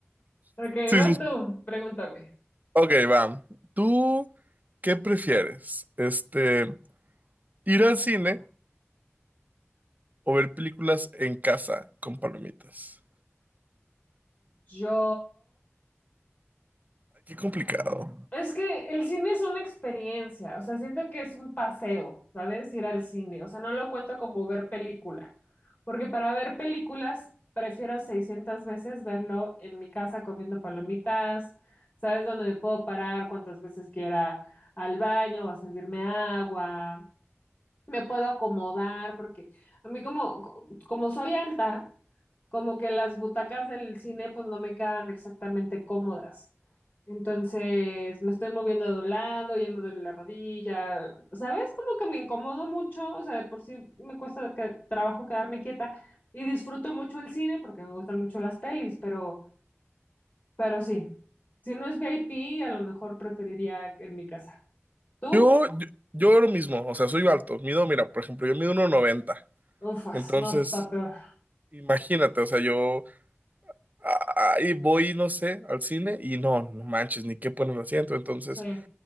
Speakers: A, on the left; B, on the right.
A: Ok,
B: Sí,
A: vas
B: sus...
A: tú, pregúntame.
B: Ok, va. ¿Tú qué prefieres? Este, Ir al cine o ver películas en casa con palomitas.
A: Yo.
B: Ay, Qué complicado.
A: Es que el cine es una experiencia, o sea, siento que es un paseo, ¿sabes? Ir al cine, o sea, no lo cuento como ver película, porque para ver películas prefiero 600 veces verlo en mi casa comiendo palomitas, ¿sabes? Donde me puedo parar cuantas veces quiera al baño o a servirme agua, me puedo acomodar, porque a mí como, co- como soy alta, como que las butacas del cine pues no me quedan exactamente cómodas. Entonces me estoy moviendo de un lado, ya me duele la rodilla, ¿sabes? Como que me incomodo mucho, o sea, de por sí me cuesta que- trabajo quedarme quieta y disfruto mucho el cine porque me gustan mucho las pelis, pero, pero sí, si no es VIP, a lo mejor preferiría en mi casa. ¿Tú?
B: Yo, yo, yo lo mismo, o sea, soy alto. Mido, mira, por ejemplo, yo mido uno noventa
A: Ufas,
B: Entonces,
A: no, está peor.
B: imagínate, o sea, yo ah, ahí voy, no sé, al cine y no, no manches, ni qué poner el asiento. Entonces,
A: Sí.